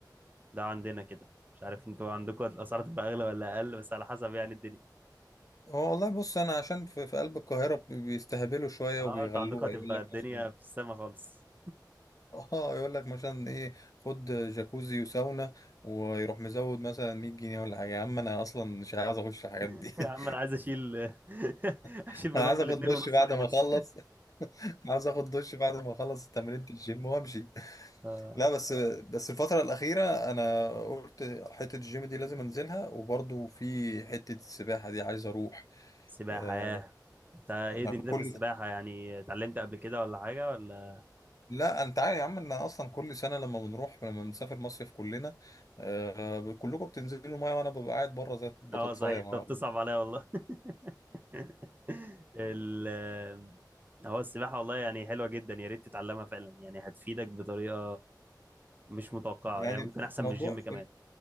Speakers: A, on the right; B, on the left.
A: ده عندنا كده مش عارف انتوا عندكم الاسعار تبقى اغلى ولا اقل بس على حسب يعني الدنيا
B: هو والله بص انا عشان في, في قلب القاهرة بيستهبلوا شوية
A: اه
B: وبيغلوها
A: انتوا عندكم هتبقى
B: يقول لك
A: الدنيا
B: مثلا
A: في السما خالص
B: اه يقول لك مثلا ايه خد جاكوزي وساونا ويروح مزود مثلا 100 جنيه ولا حاجه يا عم انا اصلا مش عايز اخش الحاجات دي
A: <laughs> يا عم انا عايز اشيل <laughs>
B: <laughs>
A: اشيل بدمبل
B: انا عايز اخد
A: اتنين
B: دش
A: ونص
B: بعد
A: وخلاص
B: ما اخلص <laughs> عاوز اخد دش بعد ما اخلص تمرينة الجيم وامشي
A: <laughs>
B: لا بس بس الفترة الأخيرة أنا قلت حتة الجيم دي لازم أنزلها وبرضو في حتة السباحة دي عايز أروح
A: سباحة
B: آه،
A: ياه انت ايه
B: أنا
A: دنيتك
B: كل
A: في السباحة يعني اتعلمت قبل كده ولا حاجة ولا
B: لا انت عارف يا عم ان اصلا كل سنه لما بنروح لما بنسافر مصيف كلنا آه كلكم بتنزلوا ميه وانا ببقى قاعد بره زي البطاطسايه
A: اه صحيح انت
B: ما-
A: بتصعب عليا والله <laughs> ال هو السباحة والله يعني حلوة جدا يا ريت تتعلمها فعلا يعني هتفيدك بطريقة مش متوقعة
B: يعني
A: يعني ممكن
B: الموضوع
A: أحسن من الجيم كمان